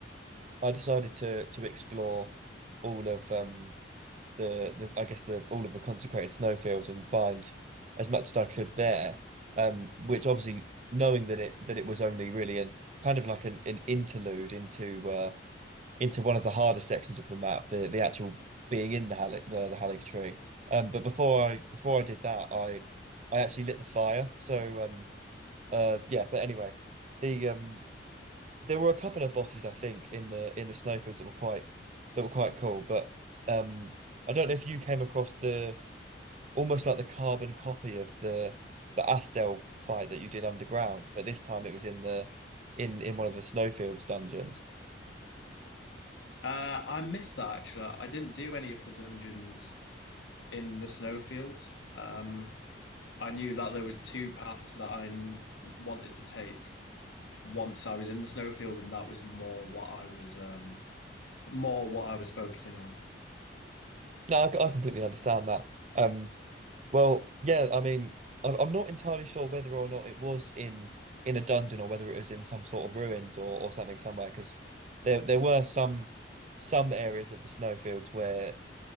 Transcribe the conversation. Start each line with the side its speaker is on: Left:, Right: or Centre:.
Right: I decided to to explore all of um the the I guess the all of the consecrated snowfields and find as much as I could there. Um, which obviously knowing that it that it was only really a kind of like an, an interlude into uh into one of the harder sections of the map, the the actual being in the Halleck the, the Halleck tree. Um, but before I before I did that, I I actually lit the fire. So um uh yeah, but anyway, the um there were a couple of bosses I think in the in the snowfields that were quite that were quite cool. But um, I don't know if you came across the almost like the carbon copy of the the Astel fight that you did underground, but this time it was in the in in one of the snowfields dungeons.
Left: Uh, I missed that actually. I didn't do any of the dungeons in the snowfields. Um, I knew that there was two paths that I n- wanted to take once I was in the snowfield, and that was more what I was um more what I was focusing on.
Right: No, I, I completely understand that. Um, well, yeah, I mean, I'm, I'm not entirely sure whether or not it was in in a dungeon or whether it was in some sort of ruins or or something somewhere because there there were some some areas of the snowfields where